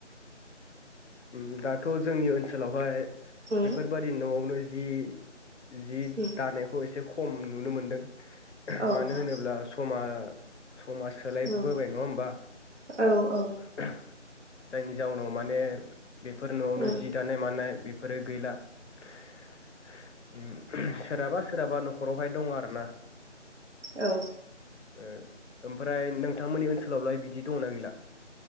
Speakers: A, on the left; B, on the right.
A: ओम दाथ' जोंनि ओनसोलावहाय
B: उम
A: बेफोरबायदि न'आवनो जि जि
B: उम
A: दानायखौ एसे खम नुनो मोन्दों
B: अ
A: मानो
B: अ
A: होनोब्ला समा समा सोलायबोबाय
B: उम
A: नङा होमबा
B: औ औ
A: <unintelligible> जाउनाव माने बेफोर न'आवनो
B: उम
A: जि दानाय मानाय बे फोरो गैला उम सोरहाबा सोरहाबा न'खरावहाय दङ आरोना
B: औ
A: ओ ओमफ्राय नोंथांमोननि ओनसोलावलाय बिदि दंना गैला?